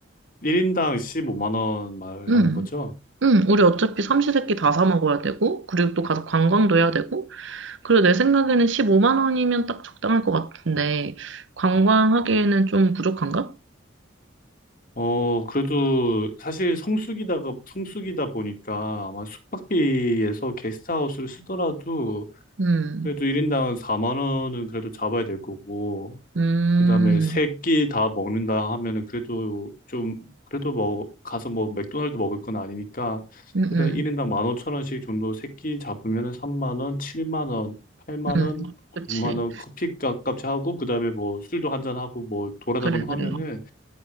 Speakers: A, on the left; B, on the right.
A: 1인당 15만 원 말하는
B: 응.
A: 거죠?
B: 응, 우리 어차피 삼시세끼 다 사 먹어야 되고, 그리고 또 가서 관광도 해야 되고, 그리고 내 생각에는 15만 원이면 딱 적당할 것 같은데, 관광하기에는 좀 부족한가?
A: 어, 그래도 사실 성수기다가, 성수기다 보니까 아마 숙박비에서 게스트하우스를 쓰더라도,
B: 음,
A: 그래도 1인당 4만 원은 그래도 잡아야 될 거고,
B: 음,
A: 그다음에 세 끼 다 먹는다 하면은 그래도 좀 그래도 뭐 가서 뭐 맥도날드 먹을 건 아니니까
B: 음, 음,
A: 일단 1인당 15,000원씩 정도 세 끼 잡으면은 3만 원, 7만 원, 8만
B: 음.
A: 원,
B: 그치.
A: 9만 원 커피값까지 하고 그다음에 뭐 술도 한잔 하고 뭐 돌아다니고
B: 그래, 그래.
A: 하면은